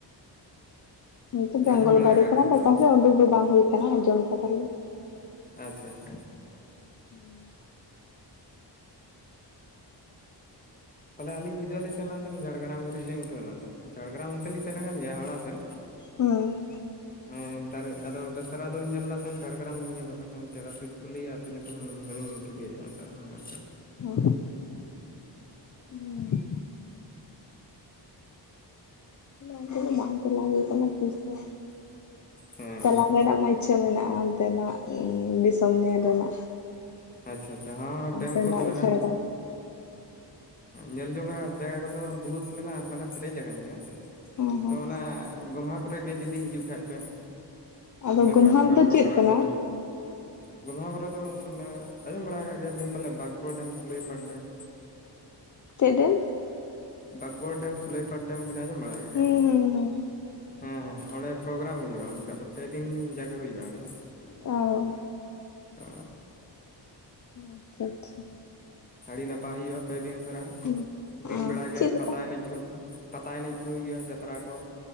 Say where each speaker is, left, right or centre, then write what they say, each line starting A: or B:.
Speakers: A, on the left; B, on the left.
A: ᱱᱤᱝᱠᱟ ᱵᱮᱝᱜᱚᱞ
B: ᱟᱸᱡᱚᱢ ᱵᱟᱲᱟ
A: ᱵᱟᱭᱨᱮ
B: ᱟᱠᱟᱫ
A: ᱠᱷᱚᱱᱟᱜ
B: ᱜᱮᱭᱟᱢ
A: ᱫᱚ
B: ᱯᱟᱞᱮ
A: ᱚᱠᱟ ᱥᱮᱫ ᱩᱰᱩᱠ ᱫᱚ ᱵᱟᱝ ᱦᱩᱭ ᱠᱟᱱᱟ ᱟᱸᱡᱚᱢ ᱠᱟᱫᱟ ᱞᱤᱧ᱾
B: ᱟᱪᱪᱷᱟ ᱟᱪᱪᱷᱟ
A: ᱦᱩᱸ
B: ᱯᱟᱞᱮ ᱟᱹᱞᱤᱧ ᱢᱤᱫᱟᱹᱣ ᱞᱤᱧ ᱥᱮᱱ ᱛᱟᱦᱮᱸᱱᱟ ᱡᱷᱟᱲᱜᱨᱟᱢ ᱫᱷᱟᱨᱤᱡ ᱞᱤᱧ ᱩᱴᱷᱟᱹᱣ ᱞᱮᱱ ᱛᱟᱦᱮᱸᱱ, ᱡᱷᱟᱲᱜᱨᱟᱢ ᱦᱚᱱᱛᱮ ᱞᱤᱧ ᱥᱮᱱ ᱟᱠᱟᱱ ᱜᱮᱭᱟ ᱦᱟᱣᱲᱟ ᱥᱮᱱ
A: ᱦᱩᱸ
B: ᱦᱮᱸ ᱫᱟᱨᱮ ᱟᱫᱚ ᱫᱚᱥᱨᱟ ᱫᱨᱤᱧ ᱧᱮᱞ ᱞᱟᱫ ᱛᱟᱦᱮᱸᱱ ᱡᱷᱟᱲᱜᱨᱟᱢ ᱱᱤᱭᱟᱹ ᱯᱟᱦᱴᱟ ᱪᱚᱝ ᱪᱮᱫ ᱟᱹᱛᱩ ᱪᱠᱚ ᱞᱟᱹᱭᱟ ᱟᱹᱛᱩ ᱧᱩᱛᱩᱢ ᱵᱟᱞᱤᱧ ᱴᱷᱤᱠᱟᱹᱭᱮᱜ-ᱟ ᱱᱤᱛᱚᱜ ᱦᱮᱸᱥᱮ᱾
A: ᱦᱳᱭ ᱩᱸ ᱚᱱᱛᱮ ᱫᱚ ᱵᱟᱝ ᱪᱟᱞᱟᱣ ᱦᱩᱭ ᱠᱟᱱᱟ ᱛᱤᱥ ᱜᱮ
B: ᱦᱮᱸ
A: ᱪᱟᱞᱟᱣ
B: ᱦᱮᱸ
A: ᱨᱮᱱᱟᱜ ᱢᱟ ᱪᱷᱟᱹ ᱢᱮᱱᱟᱜ-ᱟ ᱚᱱᱛᱮ ᱱᱟᱜ ᱫᱤᱥᱚᱢ ᱧᱮᱞ ᱨᱮᱱᱟᱜ᱾
B: ᱟᱪᱪᱷᱟ ᱟᱪᱪᱷᱟ ᱦᱚᱸ
A: ᱚᱱᱛᱮᱱᱟᱜ
B: ᱰᱮᱢ ᱠᱚ ᱢᱮᱱᱟᱜ-ᱟ,
A: ᱪᱮᱦᱨᱟ
B: ᱧᱮᱞ ᱡᱚᱝ ᱟᱜ ᱡᱟᱭᱜᱟ ᱠᱚᱫᱚ ᱵᱚᱦᱩᱛ ᱢᱮᱱᱟᱜ-ᱟ ᱢᱟᱱᱮ ᱯᱮᱨᱮᱡ ᱟᱠᱟᱱ ᱜᱮᱭᱟ
A: ᱦᱮᱸ ᱦᱮᱸ
B: ᱛᱚ ᱚᱱᱟ ᱜᱚᱢᱦᱟ ᱠᱚᱨᱮᱜ ᱜᱮ ᱡᱩᱫᱤ ᱦᱤᱡᱩᱜ ᱠᱷᱟᱡ ᱯᱮ
A: ᱟᱫᱚ
B: ᱱᱟᱯᱟᱭ
A: ᱜᱳᱢᱦᱟᱢ
B: ᱱᱟᱯᱟᱭ
A: ᱫᱚ
B: ᱯᱨᱳᱜᱨᱟᱢ
A: ᱪᱮᱫ ᱠᱟᱱᱟ
B: ᱠᱚᱫᱚ, ᱜᱚᱢᱦᱟ ᱠᱚᱨᱚ ᱫᱚ ᱢᱟᱱᱮ ᱟᱸᱡᱚᱢ ᱵᱟᱲᱟᱣ ᱟᱠᱟᱫ ᱜᱮᱭᱟᱵᱤᱱ ᱯᱟᱞᱮ ᱵᱟᱠᱵᱚᱨ ᱰᱮᱢ, ᱥᱩᱞᱟᱹᱭᱯᱟᱴ ᱰᱮᱢ᱾
A: ᱪᱮᱫ ᱵᱮᱢ?
B: ᱵᱟᱠᱵᱚᱨ ᱰᱮᱢ ᱥᱩᱞᱟᱹᱭᱯᱟᱴ ᱰᱮᱢ ᱵᱮᱱ ᱟᱸᱡᱚᱢ ᱵᱟᱲᱟ ᱠᱟᱫ
A: ᱦᱩᱸ
B: ᱜᱮᱭᱟ ᱯᱟᱞᱮᱱ
A: ᱦᱩᱸ
B: ᱦᱮᱸ ᱦᱮᱸ ᱚᱸᱰᱮ ᱯᱨᱳᱜᱨᱟᱢ ᱦᱩᱭᱩᱜ-ᱟ ᱩᱱ ᱡᱚᱠᱷᱟᱡ ᱫᱚ ᱯᱮ ᱫᱤᱱ ᱡᱟᱜᱮ ᱦᱩᱭᱩᱜ-ᱟ ᱚᱸᱰᱮ ᱫᱚ᱾
A: ᱚ
B: ᱚ
A: ᱟᱪᱪᱷᱟ ᱟᱪᱪᱷᱟ
B: ᱟᱹᱰᱤ ᱱᱟᱯᱟᱭ ᱦᱩᱭᱩᱜ-ᱟ ᱯᱮ ᱫᱤᱱ ᱥᱟᱨᱟ
A: ᱦᱩᱸ
B: ᱫᱤᱱ
A: ᱚ
B: ᱵᱮᱲᱟᱜᱮ
A: ᱪᱮᱫ ᱞᱮᱠᱟ
B: ᱯᱟᱛᱟ ᱮᱱᱮᱡ ᱠᱚ ᱯᱟᱛᱟ ᱮᱱᱮᱡ ᱠᱚ ᱦᱩᱭᱩᱜ-ᱟ ᱡᱟᱛᱨᱟ ᱠᱚ